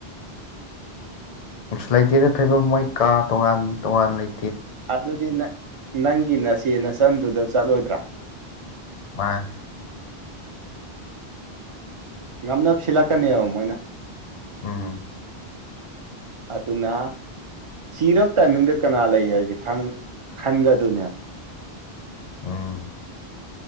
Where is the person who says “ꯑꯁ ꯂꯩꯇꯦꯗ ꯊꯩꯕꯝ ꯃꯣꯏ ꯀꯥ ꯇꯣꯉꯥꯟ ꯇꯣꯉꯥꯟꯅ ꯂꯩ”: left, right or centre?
Left